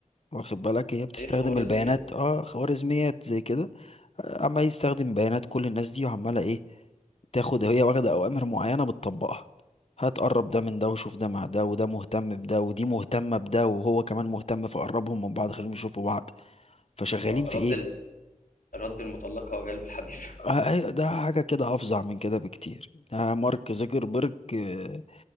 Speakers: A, on the left; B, on the left.
A: واخد بالك هي بتستخدم
B: ايه الخوارزميات
A: البيانات اه خوارزميات زي كده آه، عمال يستخدم بيانات كل الناس دي وعمالة ايه تاخد هي واخدة أوامر معينة بتطبقها هتقرب
B: مم.
A: ده من ده وشوف ده مع ده وده مهتم بده ودي مهتمة بده وهو كمان مهتم فقربهم من بعض خليهم يشوفوا بعض فشغالين
B: اه
A: في
B: رد
A: ايه
B: ال... رد المطلقه وجلب الحبيب
A: آه، أيوة، ده حاجة كده أفظع من كده بكتير ده مارك زوكربيرج آه،